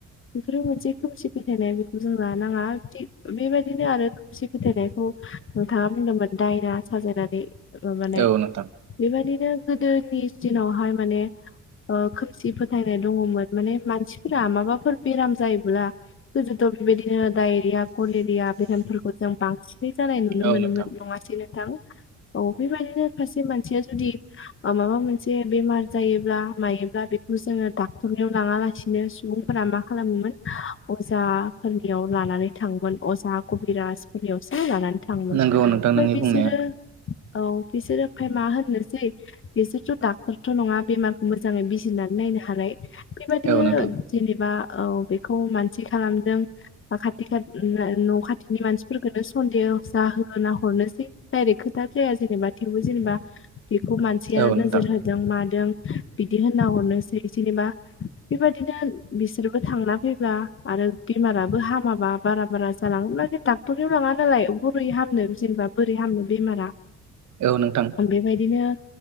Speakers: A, on the left; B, on the right.
A: बेफोरो मोनसे खोमसि फिथायनाय बेखौ जों लानाङा थिग बेबायदिनो आरो सि फोथायनायखौ नोंथाङा बुंदोंमोन दायना साजायनानै माबानाय
B: औ नोंथां
A: बेबादि नो गोदोनि दिनावहाय माने ओ खोमसि फोथायनाय दङमोन माने मानसिफोरा माबाफोर बेराम जायोब्ला गोदोथ' बेबायदिनो डायरिया, कलेरिया बेरामफोर जों बांसिनै जानाय नुनो
B: औ
A: मोनोमोन
B: नोंथां
A: नङासै नों थां औ बेबायदिनो फारसे मानसिया जुदि माबा मोनसे बेमार जायोब्ला मायोब्ला बेखौ जोङो डाक्टरनियाव लाङालासिनो सुबुंफोरा मा खालामोमोन अजाफोरनियाव लानानै थाङोमोन अजा कभि बिराजफोरनियावसो लानानै थाङोमोन
B: नोंगौ
A: ओमफ्राय
B: नोंथां नोंनि
A: बिसोरो
B: बुंनाया
A: औ बिसोरो ओमफ्राय मा होननोसै बिसोरथ' डाक्टरथ' नङा बेमारखौ मोजाङै बिजिरनानै नायनो हानाय बेबादियो
B: औ नोंथां
A: जेनेबा औ बेखौ मानसि खालामदों खाथि खात ना न' खाथ थिनि मानसिफोरखौनो सन्देह जाहोना हरनोसै डायरेक्ट खोथा खेया जेनेबा थेवबो जेनेबा बेखौ मानसियानो
B: औ नोंथां
A: नोजोर होदों मादों बिदि होनना हरनोसै जेनेबा बेबायदिनो बिसोरबो थांना फैब्ला आरो बेमाराबो हामाबा बारा बारा जलां <unintelligible> डाक्टरनियाव लाङा नालाय बोरै हामनो जेनेबा बोरै हामनो बेमारा
B: औ नोंथां
A: बेबायदिनो